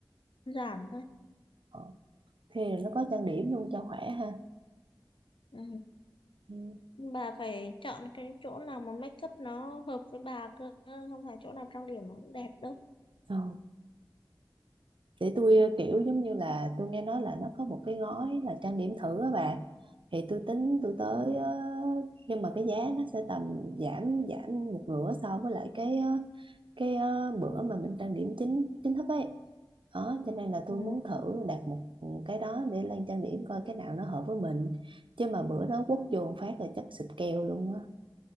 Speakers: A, on the left; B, on the right.
A: giảm thôi.
B: ổn. thê rồi nó có trang điểm luôn cho khỏe ha
A: Ừ.
B: ừ.
A: Bà phải chọn cái chỗ nào mà make up nó hợp với bà cơ, không phải chỗ nào trang điểm nó cũng đẹp đâu.
B: Ừ. Thì tôi ờ, kiểu giống như là tôi nghe nói là nó có một cái gói là trang điểm thử á bà thì tôi tính tôi tới
A: Ừ.
B: ờ, nhưng mà cái giá nó sẽ tầm giảm giảm một nửa so với lại cái ờ, cái ờ, bữa mà mình trang điểm chính chính thức ấy đó cho nên là tôi
A: Ừ.
B: muốn thử đặt một ừ, cái đó để lên trang điểm coi cái nào nó hợp với mình chứ mà bữa đó quất vô một phát là chắc xịt keo luôn á